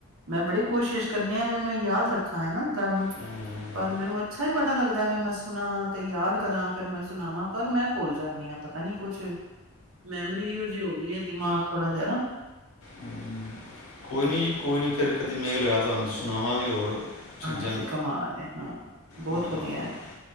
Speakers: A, on the right (about 70°); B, on the left (about 80°).
A: ਮੈਂ ਬੜੀ ਕੋਸ਼ਿਸ਼ ਕਰਨੀ ਆਂ ਵੀ ਮੈਂ ਯਾਦ ਰੱਖਾਂ ਹਨਾ, ਗੱਲ ਨੂੰ
B: ਹਮ,
A: ਪਰ ਮੈਨੂੰ ਅੱਛਾ ਵੀ ਬੜਾ ਲੱਗਦਾ ਵੀ ਮੈਂ ਸੁਣਾ ਤੇ ਯਾਦ ਕਰਾਂ ਫਿਰ ਮੈਂ ਸੁਣਾਵਾਂ ਪਰ ਮੈਂ ਭੁੱਲ ਜਾਂਦੀ ਹਾਂ ਪਤਾ ਨੀ ਕੁਛ ਮੈਮਰੀ ਇਹੋ ਜੀ ਹੋ ਬਈ ਏ ਦਿਮਾਗ ਥੋੜਾ ਜਿਆ ਨਾ
B: ਹਮ। ਕੋਈ ਨੀ
A: ਹੂੰ
B: ਜੀ ਕੋਈ ਨੀ ਫੇਰ ਕਦੀ ਮੇਲ ਹੋਇਆ ਤੁਹਾਨੂੰ ਸੁਣਾਵਾਂਗੇ ਹੋਰ ਚੀਜ਼ਾਂ
A: ਹਾਂਜੀ ਕਮਾਲ ਏ। ਹਾਂ, ਬੋਤ
B: ਹਾਂ,
A: ਵਧੀਐ।